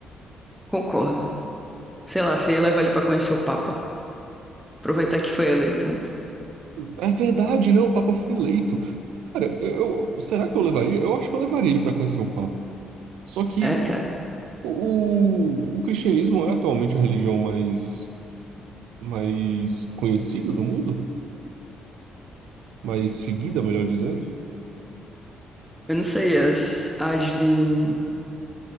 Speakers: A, in the centre; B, on the right (about 85°).
A: Concordo. Sei lá, você ia levar ele pra conhecer o Papa. Aproveitar que foi eleito ontem.
B: É verdade, né? O Papa foi eleito. Cara, eu, eu- será que eu levaria? Eu acho que eu levaria ele para conhecer o Papa. Só que
A: É, cara.
B: o, o cristianismo é atualmente a religião mais, mais conhecida do mundo? mais seguida, melhor dizendo.
A: Eu não sei, as, as de.